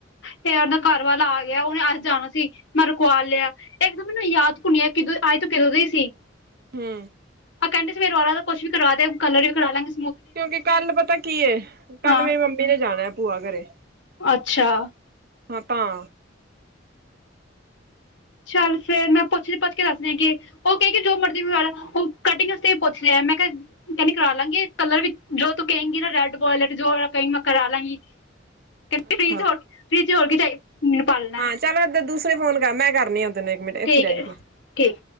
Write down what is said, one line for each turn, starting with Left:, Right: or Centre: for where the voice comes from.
Left: ਤੇ ਉਹਦਾ ਘਰ ਵਾਲਾ ਆ ਗਿਆ ਉਹਨੇ ਅੱਜ ਆਣਾ ਸੀ ਮੈਂ ਰੁਕਵਾ ਲਿਆ। ਇੱਕ ਤਾਂ ਮੈਨੂੰ ਯਾਦ ਭੁੱਲਿਆ ਕਿਦੋਂ ਆਏ ਤਾਂ ਕਦੋਂ ਦੇ ਈ ਸੀ।
Right: ਹੂੰ
Left: ਆ ਕਹਿੰਦੀ ਸੀ ਮੇਰੇ ਵਾਲਾਂ ਦਾ ਕੁਛ ਵੀ ਕਰਾਵਾ ਦੇ, ਕਲਰ ਈ ਕਰਾਲਾਂਗੀ।
Right: ਕਿਉਂਕਿ ਕੱਲ ਪਤਾ ਕੀ ਏ, ਕੱਲ
Left: ਹਾਂ
Right: ਮੇਰੀ ਮੰਮੀ ਨੇ ਜਾਣਾ ਏ ਭੂਆ ਘਰੇਂ।
Left: ਅੱਛਾ
Right: ਆਪਾਂ
Left: ਚੱਲ ਫੇਰ ਮੈਂ ਪੁੱਛਦੀ ਪੁੱਛ ਕੇ ਦੱਸਦੀ ਆ ਕਿ ਉਹ ਕਹਿਗੀ ਜੋ ਮਰਜ਼ੀ ਮੰਗਵਾ ਲੈ ਅਮ ਕਟਿੰਗ ਵਾਸਤੇ ਪੁੱਛ ਲਿਆ ਮੈਂ ਕਿਹਾ। ਕਹਿੰਦੀ ਕਰਾਲਾਂਗੇ ਕਲਰ ਵੀ ਜੋ ਤੂੰ ਕੇਹਗੀ ਨਾ ਰੈਡ ਵੋਲਟ ਜੋ ਵਾਲਾ ਕਹਗੀ ਮੈਂ ਕਰਾਲਾਂਗੀ। ਕਹਿੰਦੇ
Right: ਅੱਛਾ
Left: ਫ੍ਰੀ 'ਚ ਹੋਰ ਫ੍ਰੀ 'ਚ ਹੋਰ ਕੀ ਗਈ ਮੈਨੂੰ ਪਾਰਲ
Right: ਹਾਂ ਚੱਲ ਉਦੇ ਦੂਸਰੇ ਫੋਨ ਕਰ। ਮੈਂ ਕਰਨੀ ਹਾ ਤੈਨੂੰ ਇੱਕ ਮਿੰਟ। ਇੱਥੇ
Left: ਠੀਕ
Right: ਰਹਿ
Left: ਹੈ
Right: ਜਾ
Left: ਠੀਕ।